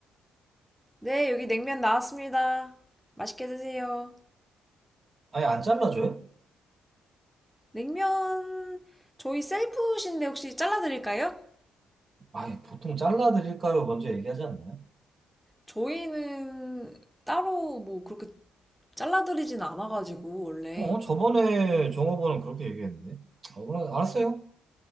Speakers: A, in the centre; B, on the right.
A: 네, 여기 냉면 나왔습니다. 맛있게 드세요.
B: 아니, 안 잘라줘요?
A: 냉면, 저희 셀프신데 혹시 잘라드릴까요?
B: 아니, 보통 잘라드릴까요? 먼저 얘기하지 않나요?
A: 저희는 따로 뭐 그렇게 잘라드리진 않아가지고, 원래.
B: 어, 저번에 종업원은 그렇게 얘기했는데. 아, 몰라, 알았어요.